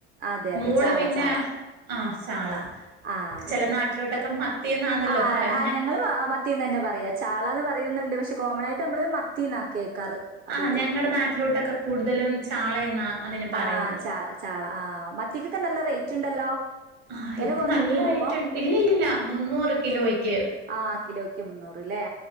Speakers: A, on the right; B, on the right.
A: അതെ അതെ
B: മോള്
A: ചാള
B: പിന്നെ
A: ചാള
B: ആ ചാള
A: ആഹ് അതെ
B: ചെല നാട്ടിലോട്ടൊക്കെ മത്തിന്നാണല്ലോ
A: ആഹ്
B: പറയ
A: ആഹ് ഞങ്ങള് മത്തീന്ന് തന്നെ പറയാ ചാള എന്ന് പറയുന്നുണ്ട് പക്ഷെ കോമൺ ആയിട്ട് നമ്മള് മത്തീന്ന കേക്കാറ് അധികവും
B: ആഹ് ഞങ്ങടെ നാട്ടിലോട്ടൊക്കെ കൂടുതലും ചാളെ എന്നാ അതിന് പറയുന്നത്
A: ആ ചാള ചാള ആ മത്തിക്കൊക്കെ നല്ല റേറ്റ് ഉണ്ടല്ലോ
B: ആഹ്
A: വില
B: ഇപ്പ
A: കുറഞ്ഞിട്ടുണ്ടോ
B: നല്ല റേറ്റ്
A: ഇപ്പൊ
B: ഇല്ല ഇല്ല ഇല്ല മുന്നൂറ് കിലോയ്ക്ക്
A: ആ കിലോയ്ക്ക് മുന്നൂറ്ല്ലേ